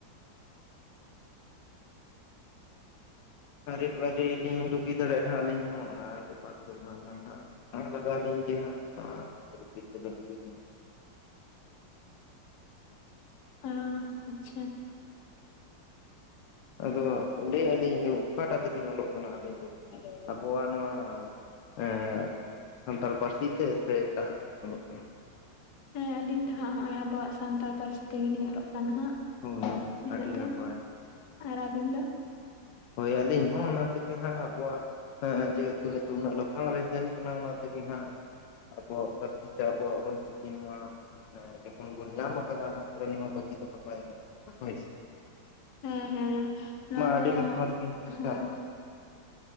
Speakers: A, on the left (about 80°); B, on the left (about 65°).
A: ᱦᱟᱨᱤ ᱯᱷᱟᱨᱤ ᱞᱤᱧ ᱰᱩᱜᱤ ᱫᱟᱲᱮᱭᱟᱜᱼᱟᱜ ᱟᱞᱤᱧ ᱦᱚᱸ, ᱟᱨ ᱜᱟᱯᱟ ᱥᱮᱨᱢᱟ ᱫᱚ ᱦᱟᱸᱜ ᱞᱟᱜᱟᱣ ᱞᱤᱧ ᱜᱮ ᱦᱟᱸᱜ <inaudible>
B: ᱚ ᱟᱪᱪᱷᱟ
A: ᱟᱫᱚ ᱞᱟᱹᱭᱮᱫᱼᱟ ᱞᱤᱧ ᱚᱠᱟᱴᱟᱜ ᱛᱮᱵᱤᱱ ᱚᱞᱚᱜ ᱠᱟᱱᱟ ᱟᱵᱤᱱ ᱫᱚ?
B: ᱦᱮᱞᱳ
A: ᱟᱵᱚᱣᱟᱜ ᱱᱚᱣᱟ ᱮ ᱥᱟᱱᱛᱟᱲ ᱯᱟᱹᱨᱥᱤ ᱛᱮ ᱥᱮ ᱮᱴᱟᱜ ᱚᱞᱚᱜ ᱠᱟᱱᱟ?
B: ᱦᱮᱸ ᱟᱞᱤᱧ ᱫᱚ ᱦᱟᱸᱜ ᱱᱚᱜ ᱚᱭ ᱟᱵᱚᱣᱟᱜ ᱥᱟᱱᱛᱟᱲ ᱯᱟᱹᱨᱥᱤ ᱛᱮᱜᱮᱞᱤᱧ ᱚᱞᱚᱜ ᱠᱟᱱᱟ ᱦᱟᱸᱜ᱾
A: ᱦᱳᱭ
B: ᱱᱤᱛᱳᱜ
A: ᱟᱹᱰᱤ ᱱᱟᱯᱟᱭ
B: ᱫᱚ, ᱟᱨ ᱟᱹᱵᱤᱱ ᱫᱚ?
A: ᱦᱳᱭ ᱟᱞᱤᱧ ᱦᱚᱸ ᱚᱱᱟ ᱛᱮᱜᱮ ᱦᱟᱸᱜ ᱟᱵᱚᱣᱟᱜ ᱦᱮᱸ ᱡᱮᱦᱮᱛᱩ ᱱᱤᱛᱚ ᱩᱱᱟ. ᱜ ᱞᱟᱯᱷᱟᱝ ᱞᱤᱱ ᱥᱮᱱ ᱟᱠᱟᱱᱟ ᱚᱱᱟ ᱛᱮᱜᱮᱢ ᱦᱟᱜ, ᱟᱵᱚᱣᱟᱜ ᱯᱟᱹᱨᱥᱤ ᱛᱮ ᱟᱵᱚᱣᱟᱜ ᱚᱞᱪᱤᱠᱤ ᱱᱚᱣᱟ ᱮ ᱡᱚᱠᱷᱚᱱ ᱵᱚᱱ ᱧᱟᱢᱟ ᱟᱠᱟᱜ ᱦᱟᱜ ᱱᱚᱣᱟ ᱵᱟᱜᱤ ᱫᱚ ᱵᱟᱭ ᱜᱟᱱᱚᱜ-ᱟ ᱦᱳᱭ ᱥᱮ,
B: ᱦᱮᱸ ᱦᱮᱸ ᱱᱚᱣᱟ ᱫᱚ
A: ᱟᱹᱰᱤ <unintelligible>
B: ᱦᱮᱸ